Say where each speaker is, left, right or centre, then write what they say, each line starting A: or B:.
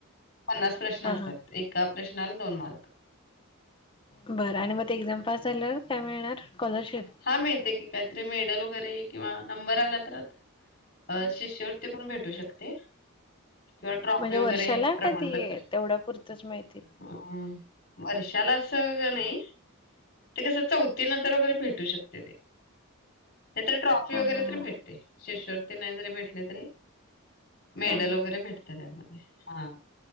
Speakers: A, on the left; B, on the left.
A: पन्नास प्रश्न
B: हा
A: असतात.
B: हा
A: एका प्रश्नाला दोन मार्क.
B: बरं आणि मग ते एक्झाम पास झाल्यावर काय मिळणार स्कॉलरशिप?
A: हा मिळते की, काहीतरी मेडल वगैरे किंवा नंबर आला तर आता. अ शिष्यवृत्ती पण भेटू शकते. किंवा ट्रॉफी
B: म्हणजे
A: वगैरे
B: वर्षाला
A: प्रमाणपत्र.
B: का ती तेवढ्या पुरतच मिळते
A: अ वर्षाला असं का नाही, ते कसं चौथीनंतर वगैरे भेट टू शकते ते, नाही तर ट्रॉफी
B: हा
A: वगैरे
B: हा हा
A: तरी भेटते. शिष्यवृत्ती नाही जरी भेटली तरी, मेडल
B: हा
A: वगैरे भेट ते त्यामध्ये, हा